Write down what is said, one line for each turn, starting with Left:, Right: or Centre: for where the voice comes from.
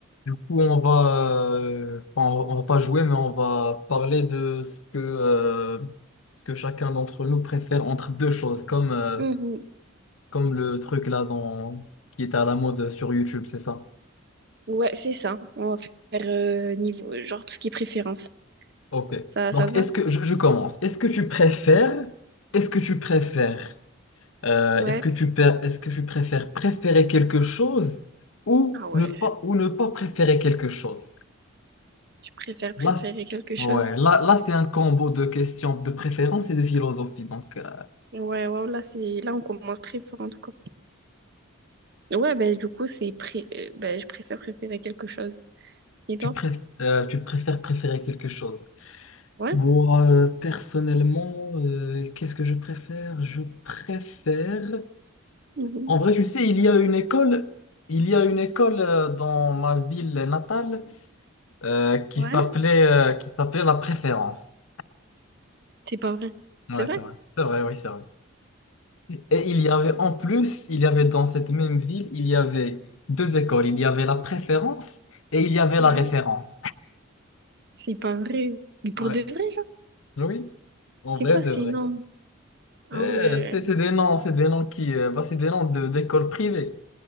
Left: Du coup, on va, euh, enfin, on, va on va pas jouer, mais on va parler de ce que, euh, ce que chacun d'entre nous préfère entre deux choses, comme, euh,
Right: Mhm.
Left: comme le truc là dans, qui est à la mode sur YouTube, c'est ça?
Right: Ouais, c'est ça. On va faire euh, niveau, genre tout ce qui est préférence.
Left: Ok.
Right: Ça,
Left: Donc,
Right: ça te va?
Left: est-ce que je, je commence. Est-ce que tu préfères, est-ce que tu préfères, euh,
Right: Ouais.
Left: est-ce que tu per- est-ce que tu préfères préférer quelque chose ou
Right: Ah ouais.
Left: ne pas ou ne pas préférer quelque chose?
Right: Tu préfères préférer
Left: Là, c-
Right: quelque chose?
Left: ouais, là, là c'est un combo de questions de préférence et de philosophie. Donc, euh,
Right: Ouais, ouais, là, c'est... là, on commence très fort en tout cas. Ouais, ben du coup, c'est pré... euh, ben, je préfère préférer quelque chose. Et toi?
Left: tu, préf- euh, tu préfères préférer quelque chose.
Right: Ouais?
Left: Moi, euh, personnellement, euh, qu'est-ce que je préfère? Je préfère...
Right: Mhm.
Left: En vrai, tu sais, il y a une école, il y a une école euh, dans ma ville natale euh, qui
Right: Ouais?
Left: s'appelait euh, qui s'appelait La Préférence.
Right: C'est pas vrai.
Left: Ouais,
Right: C'est vrai?
Left: c'est vrai. C'est vrai, oui, c'est vrai. Et il y avait en plus, il y avait dans cette même ville, il y avait deux écoles. Il y avait la préférence et il y avait
Right: Ouais.
Left: la référence.
Right: C'est pas vrai. Mais pour
Left: Ouais.
Right: de
Left: <laughs>
Right: vrai, genre?
Left: Oui, en
Right: C'est
Left: vrai
Right: quoi?
Left: de
Right: C'est
Left: vrai.
Right: énorme. Ah
Left: Euh,
Right: ouais.
Left: c'est c'est des noms, c'est des noms qui, euh, bah, c'est des noms de d'écoles privées.